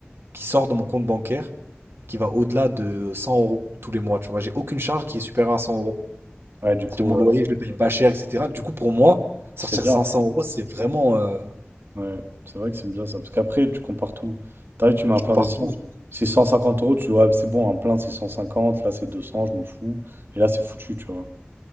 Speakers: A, on the right (about 80°); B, on the right (about 65°).
A: qui sort de mon compte bancaire qui va au-delà de 100 euros tous les mois. Tu vois, j'ai aucune charge qui est supérieure à 100 euros.
B: Ouais, du coup,
A: C'est-à-dire mon
B: euh,
A: loyer, je le paye pas cher, etc. Du coup, pour moi, sortir
B: c'est bien.
A: 500 euros, c'est vraiment. euh,
B: Ouais, c'est vrai que c'est bien ça. Parce qu'après, tu compares tout. T'arrives, tu mets un
A: Je
B: plein
A: compare
B: d'essence.
A: tout.
B: C'est 150 euros, tu vois, c'est bon, un plein c'est 150, là c'est 200, je m'en fous. Et là, c'est foutu, tu vois.